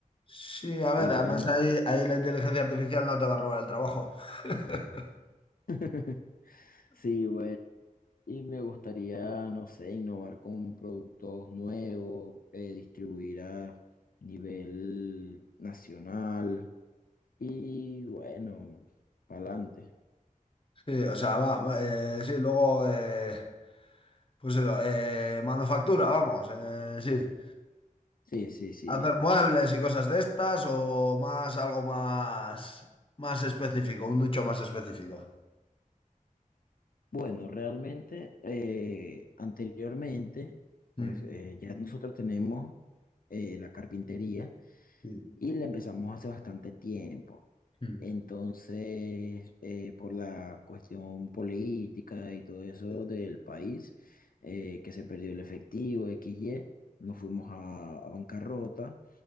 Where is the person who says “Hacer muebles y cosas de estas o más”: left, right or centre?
Left